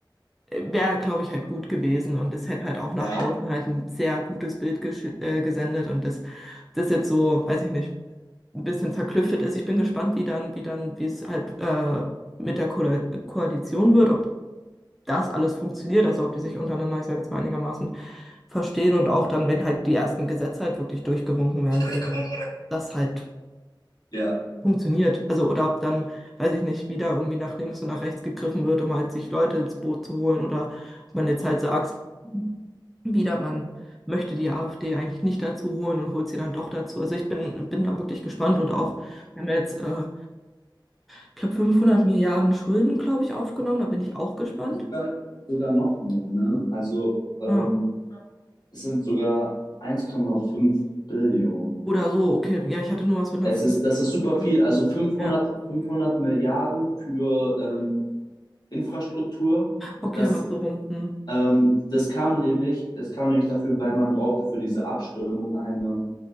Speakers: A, in the centre; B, on the left.
A: wäre, glaube ich, halt gut gewesen. Und es hätte halt auch nach
B: Ja,
A: außen halt ein sehr gutes Bild gesch- äh, gesendet. Und das, das jetzt so, weiß ich nicht ein bisschen zerklüftet ist. Ich bin gespannt, wie dann, wie dann, wie es halt äh, mit der Ko Koalition wird, ob das alles funktioniert, also ob die sich untereinander, ich sage jetzt mal einigermaßen verstehen und auch dann, wenn halt die ersten Gesetze halt wirklich durchgewunken werden,
B: durchgewunken werden.
A: dass halt
B: ja.
A: funktioniert. Also, oder ob dann, weiß ich nicht, wieder irgendwie nach links und nach rechts gegriffen wird, um halt sich Leute ins Boot zu holen oder ob man jetzt halt sagt, wieder, man möchte die AfD eigentlich nicht dazu holen und holt sie dann doch dazu. Also ich bin, bin da wirklich gespannt und auch, wir haben ja jetzt, äh, ich glaube, 500 Milliarden Schulden, glaube ich, aufgenommen, da bin ich auch gespannt.
B: Sogar, sogar noch mehr, ne? Also ähm,
A: Ja.
B: es sind sogar 1,5 Billionen.
A: Oder so, okay, ja, ich hatte nur was mit einer
B: Es
A: 5
B: ist, das ist super
A: im Kopf.
B: viel. Also 500,
A: Ja,
B: 500 Milliarden für ähm, Infrastruktur.
A: okay,
B: Das
A: mach so rum. Hm.
B: Ähm, das kam nämlich, das kam nämlich dafür, weil man brauchte für diese Abstimmung eine